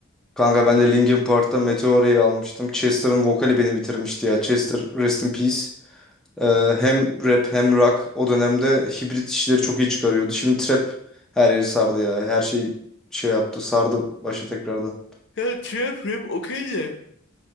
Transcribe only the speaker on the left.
Ya trap rap okey de.